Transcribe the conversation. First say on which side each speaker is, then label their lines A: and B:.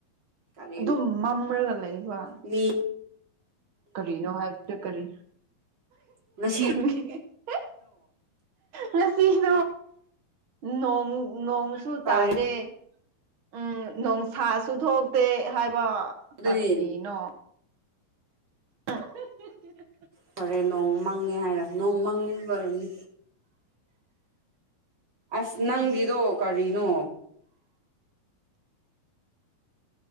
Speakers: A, on the right; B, on the right.
A: ꯀꯔꯤꯅꯣ
B: ꯑꯗꯨꯝ ꯃꯝꯔꯒ ꯂꯩꯕ
A: ꯃꯤꯅ
B: ꯀꯔꯤꯅꯣ ꯍꯥꯏꯕꯗ ꯀꯔꯤ
A: ꯉꯁꯤ
B: <inaudible> ꯉꯁꯤꯗꫭ ꯅꯣꯡ ꯅꯣꯡ ꯁꯨ
A: ꯀꯔꯤ
B: ꯇꯥꯗꯦ ꯎꯝ ꯅꯣꯡꯁꯥꯁꯨ ꯊꯣꯛꯇꯦ ꯍꯥꯏꯕ
A: ꯑꯗꯨꯗꯤ
B: ꯀꯔꯒꯤꯅꯣ INAUDIBLE
A: ꯐꯣꯔꯦ ꯅꯣꯡ ꯃꯪꯉꯦ ꯍꯥꯏꯔ ꯅꯣꯡ ꯃꯪꯕ ꯑꯣꯏꯔꯝꯅꯤ ꯑꯁ ꯅꯪꯒꯤꯗꯣ ꯀꯔꯤꯅꯣ